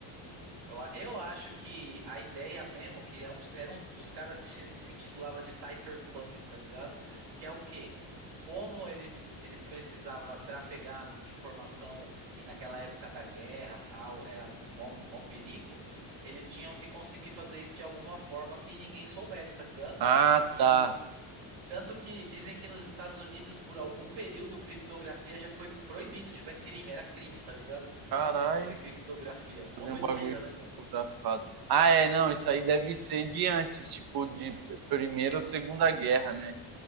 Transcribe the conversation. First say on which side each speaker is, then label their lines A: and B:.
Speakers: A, on the right; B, on the right.
A: Eu, a- eu acho que a ideia mesmo, que é um, eram, os caras se, chi- se intitulava de cypherpunk, tá ligado? Que é o quê? Como eles, eles precisavam trafegar informação e naquela época da guerra tal, era mó, mó perigo, eles tinham que conseguir fazer isso de alguma forma que ninguém soubesse, tá ligado?
B: Ah,
A: E
B: tá.
A: tanto que dizem que nos Estados Unidos, por algum período, criptografia já foi proibido, tipo, é crime, era crime, tá ligado?
B: Caralho.
A: Você fazer criptografia. Mó
B: Fazer
A: doideira,
B: um bagulho
A: né, mano?
B: fotografado. Ah, é, não, isso aí deve ser de antes, tipo, de Primeira ou Segunda Guerra, né?